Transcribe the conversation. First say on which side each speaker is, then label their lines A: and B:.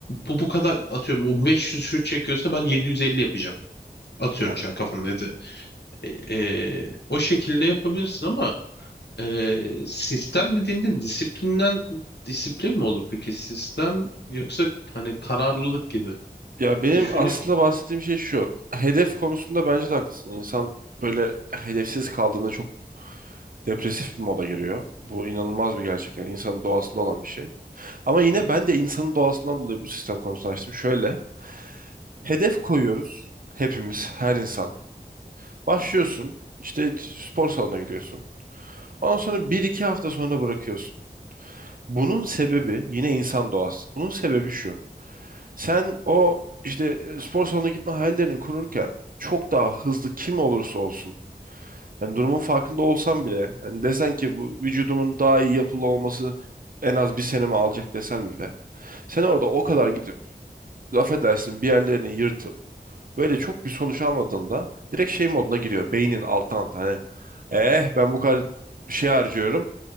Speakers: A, on the left (about 85°); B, on the right (about 55°).
A: bu bu kadar atıyorum o 500 şut çekiyorsa ben 750 yapacağım. Atıyorum
B: Aynen.
A: şu an kafamda dedi. Ee, o şekilde yapabilirsin ama ee, sistem dediğinde disiplinden disiplin mi olur peki sistem yoksa hani kararlılık gibi
B: Ya benim
A: düşünüyorum.
B: aslında bahsettiğim şey şu. Hedef konusunda bence de haklısın. İnsan böyle hedefsiz kaldığında çok depresif bir moda giriyor. Bu inanılmaz bir gerçek. Yani insanın doğasında olan bir şey. Ama yine ben de insanın doğasından dolayı bu sistem konusunu açtım. Şöyle. Hedef koyuyoruz hepimiz, her insan. Başlıyorsun, işte spor salonuna gidiyorsun. Ondan sonra bir iki hafta sonra bırakıyorsun. Bunun sebebi yine insan doğası. Bunun sebebi şu. Sen o işte e, spor salonuna gitme hayallerini kururken çok daha hızlı kim olursa olsun. Yani durumun farkında olsan bile hani desen ki bu vücudumun daha iyi yapılı olması en az bir senemi alacak desen bile. Sen orada o kadar gidip laf edersin bir yerlerini yırtıp Böyle çok bir sonuç almadığında direkt şey moduna giriyor. Beynin alttan alta hani eh ben bu kadar şey harcıyorum.